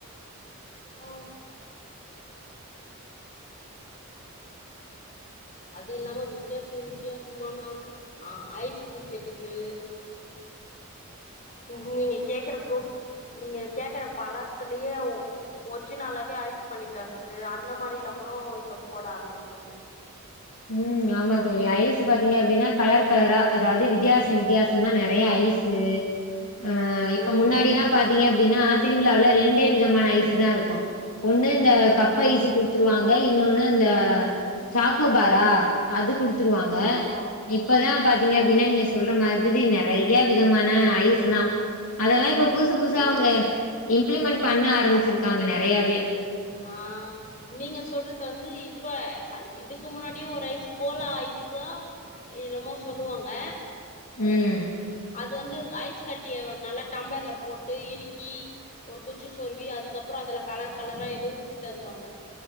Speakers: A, on the left; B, on the left.
A: ஆ அது இல்லாம வித்தியாசம் வித்தியாசமான ஆ ஐஸ் விக்கிறது <unintelligible> நீங்க கேக்குற ஃப்ரூட் நீங்க கேக்கற பழத்துலயே ஒர்ஜினாலாவே ஐஸ் பண்ணி தர்றது அந்த மாரி எல்லாம் கூட இப்ப போட ஆரம்பிச்சுட்டாங்க
B: உம் ஆமா தோழி ஐஸ் பாத்தீங்க அப்டின்னா கலர் கலரா அதாவது வித்தியாசம் வித்தியாசம் நெறைய ஐஸ் ஆ இப்ப
A: ம்
B: முன்னாடி எல்லா பாத்தீங்க அப்டின்னா திருவிழாவுல ரெண்டே விதமான ஐஸ் தா இருக்கு ஒண்ணு இந்த கப்
A: ம்
B: ஐஸ் குடுத்துருவாங்க இன்னொன்னு அந்த ஜாக்கோபாரா அது குடுத்துருவாங்க
A: ம்
B: இப்பதா பாத்தீங்க அப்டின்னா
A: ம்
B: நீங்க சொல்ற மாதிரி நெறைய விதமான ஐஸ் எல்லா அதெல்லா இப்ப புதுசு புதுசு
A: ம்
B: அவுங்க இம்ப்ளிமெண்ட் பண்ண ஆரம்பிச்சிருக்காங்க
A: அது
B: நெறையாவே
A: ஆ நீங்க சொல்றது வந்து இப்ப இதுக்கு முன்னாடியே ஒரு ஐஸ் கோலா ஐஸ்சா என்னமோ சொல்லுவாங்க
B: உம்
A: அது வந்து ஐஸ் கட்டிய நல்லா டம்ளர்ல போட்டு இருக்கி ஒரு குச்சி சொர்வி அதுக்கப்புறோ அதுல கலர் கலரா ஏதோ ஊத்தி தருவாங்க